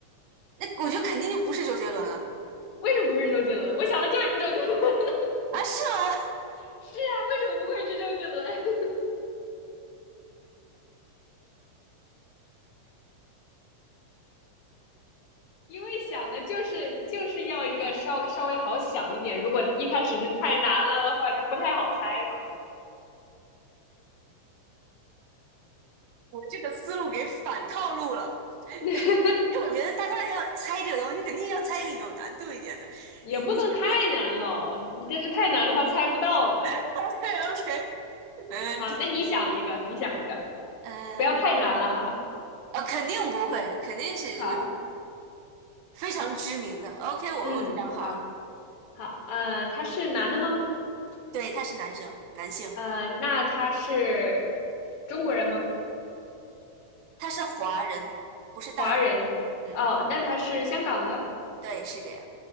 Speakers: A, on the right; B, on the left.
A: 那我觉得肯定就不是周杰伦啊。
B: 为什么不是周杰伦？我想的就是周杰伦。<laughs>
A: 啊，是吗？
B: 是啊，为什么不会是周杰伦？<laughs> 因为想的就是就是要一个稍稍微好想一点，如果一开始就太难了的话，就不太好猜嘛。
A: <laughs> 我这个思路给反套路了。
B: <laughs>
A: 因为我觉得大家要猜这个东西，肯定要猜一个有难度一点的。
B: 也不能太难了，
A: 你一想
B: 你这是太难的话猜不到了。
A: OK OK，<laughs> 没问题。
B: 好，那你想一个，你想一个，
A: 嗯，
B: 不要太难了哈。
A: 呃，肯定不会，肯定是这个
B: 好，
A: 非常知名的。OK，我我想好了，
B: 嗯，好，好，呃，他是男的吗？
A: 对，他是男生，男性，
B: 呃，那他是中国人吗？
A: 他是华人，不是大陆。
B: 华人？
A: 嗯嗯，
B: 哦，那他是香港的，
A: 对，是这样，